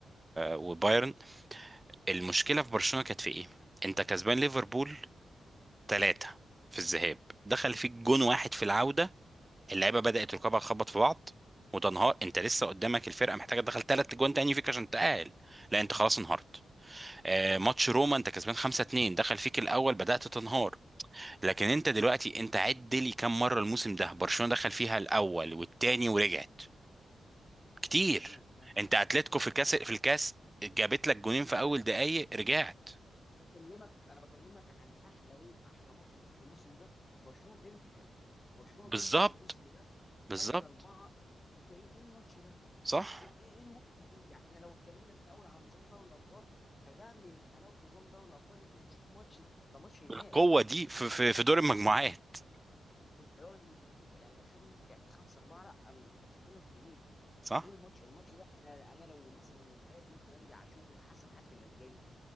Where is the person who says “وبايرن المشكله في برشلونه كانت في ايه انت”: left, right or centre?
Right